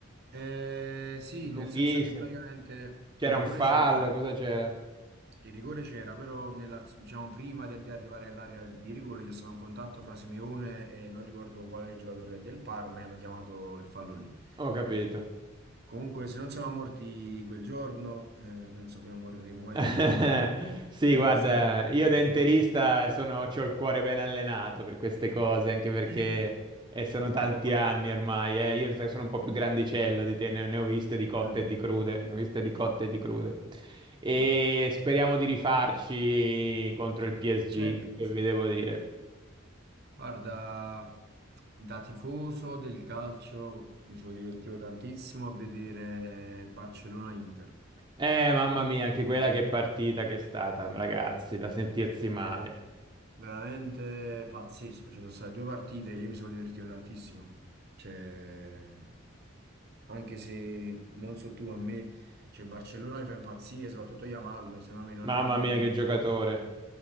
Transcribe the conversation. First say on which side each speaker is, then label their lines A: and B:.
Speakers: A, on the right; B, on the right.
A: Eh, sì,
B: Lunghissima.
A: nel senso che praticamente
B: C'era
A: il rigore
B: un fallo,
A: c'era,
B: cosa c'era?
A: Il rigore c'era, però nella- diciamo, prima di, di arrivare all'area di rigore c'è stato un contatto fra Simeone e non ricordo quale giocatore del Parma e hanno chiamato il fallo lì.
B: Ho capito.
A: Comunque, se non siamo morti quel giorno, eh, penso che non moriremo
B: <laughs>
A: mai più. Cioè,
B: Sì,
A: veramente
B: guarda,
A: è stata
B: io
A: una...
B: da interista sono, c'ho il cuore ben allenato per queste cose, anche perché
A: <laughs>
B: eh, sono tanti
A: Vabbè, que-
B: anni ormai. eh. Io sai, sono un po' più grandicello di te, ne, ne ho viste di cotte
A: mm.
B: e di crude, ne ho viste di cotte e di crude. E
A: Eh,
B: speriamo di rifarci contro il PSG,
A: Champions.
B: che vi devo dire.
A: Guarda, da tifoso del calcio mi sono divertito tantissimo a vedere Barcellona-Inter.
B: Eh, mamma mia, anche quella che partita che è stata, ragazzi, da sentirsi male.
A: Veramente pazzesco, ci sono state due partite, io mi sono divertito tantissimo. Cioè, anche se non so tu, a me, cioè Barcellona mi fa impazzire, soprattutto Yamal, secondo me non
B: Mamma
A: è,
B: mia, che giocatore.